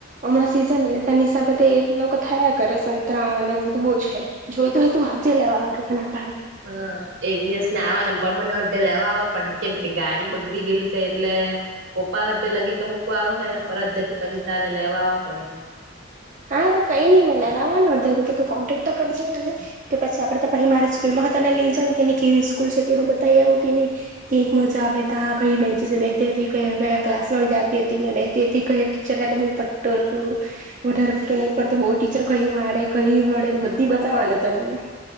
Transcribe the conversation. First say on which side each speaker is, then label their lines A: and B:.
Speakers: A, on the right (about 40°); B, on the right (about 80°).
A: હમણાં સીઝન એટલે તેના હિસાબે એ લોકો થયા કરે સંતરા અને બધું બહુ છે જોયતુંતું- - હ જ લ વા.
B: હા એક દિવસ આવા ને પરમાને અડધે લેવા આવવાડ કેમ કે ગાડી બગડી ગયેલી- - એટલે- - પપ્પા અધે લગીન તો મૂકવા આવે હે અડધે થી પછી તારે લેવાવા પડે હે.
A: હા તો કઈ નઈ મેં લેવાનું અધે બધું કોન્ટેક્ટ તો કરી જેવા ને કે પછી આપડે તો પછી મારી સ્કૂલ માં- - તને લઈ જ કે કેવી સ્કૂલ છે તે બતાવી આવું કે નહી ક એક મજા આવે ત કઈ બેન્ચ બે- - ક કયા ક્લાસમાં જતી હતી મેં બેતી હતી ક ટીચર હ પટ્ટો ટ- - વધારે પટો ની ઉપર તો બહુ ટીચર કઈ માડે કઈ વળે બધી બતાવવાના તને- -